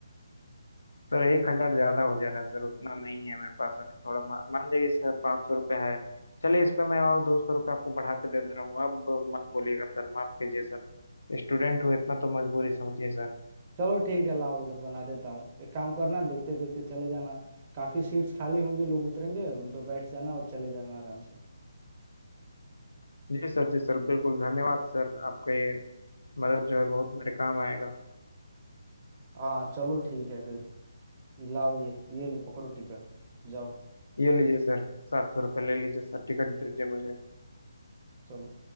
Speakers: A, on the left; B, on the right.
A: सर एक हज़ार ज़्यादा हो जा रहा है सर उतना नहीं है मेरे पास अभी थोड़ा मा- मान जाइए सर पाँच सौ रुपये है चलिए इस पे मैं और दो सौ रुपये आपको बढ़ा के दे दे रहा हूँ अब मत बोलिएगा सर माफ़ कीजिए सर स्टूडेंट हूँ इतना तो मजबूरी समझिए सर
B: चलो ठीक है लाओ इधर बना देता हूँ एक काम करना देखते देखते चले जाना काफी सीट्स खाली होंगी लोग उतरेंगे उन पर बैठ जाना और चले जाना आराम से
A: जी सर जी सर बिल्कुल धन्यवाद सर आपका ये मदद जो है बहुत मेरे काम आएगा
B: हाँ चलो ठीक है फिर ये लाओ ये ये लो पकड़ो टिकट जाओ
A: ये लीजिए सर सात सौ रुपये ले लीजिए सर टिकट दीजिए मुझे
B: चलो